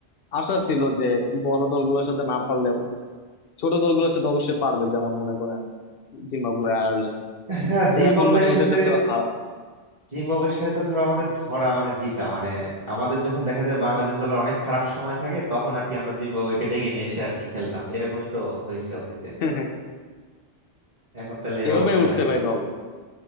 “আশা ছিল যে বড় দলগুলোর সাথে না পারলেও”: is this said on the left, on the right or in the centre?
Left